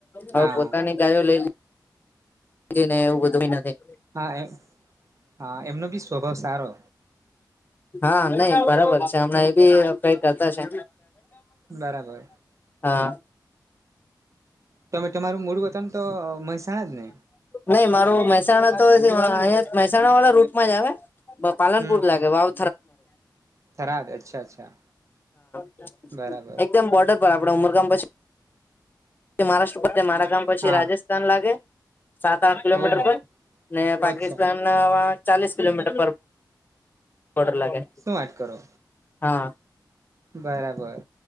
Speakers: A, on the right (about 40°); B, on the left (about 25°).
A: હા
B: હવે પોતાની ગાયો લઈ લ ને એવું બધું નથી
A: હા એ હા એમનો બી સ્વભાવ સારો
B: હા નહી બરાબર છે હમણાં એ બી કઈ કરતા છે.
A: બરાબર
B: હા
A: તમે તમારું મૂળ વતન તો મહેસાણા જ ને
B: નહી મારું મહેસાણા તો અહીંયા મહેસાણા વાળા રૂટમાં જ આવે પાલનપુર
A: હમ.
B: લાગે વાવ
A: થરાદ અચ્છા અચ્છા
B: <unintelligible>
A: બરાબર
B: એકમ બોડેર આપડે ઉમર કામ પછી મહારાષ્ટ્ર મારા ગામ પછી
A: હા
B: રાજસ્થાન લાગે સાત આઠ કિલોમીટર
A: ઓહો
B: પર ને પાકિસ્તાન
A: અચ્છા
B: ચાલીસ કિલોમીટર પર બડર લાગે
A: શું વાટ કરો
B: હા
A: બરાબર